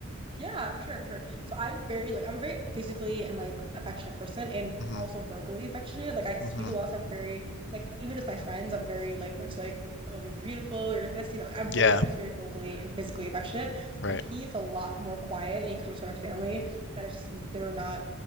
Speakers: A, on the right; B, on the left.
A: yeah, for sure, for sure. So I'm very like I'm a very physically and like affectionate person and
B: Mm-hmm.
A: also verbally affectionate. Like I speak
B: Mm-hmm.
A: a lot, so I'm very like even with my friends, I'm very like much like, oh, you're beautiful, you're this, you know, I'm very
B: Yeah.
A: I'm just very vocally and physically affectionate.
B: Right.
A: And he is a lot more quiet and he comes from a family that is just they were not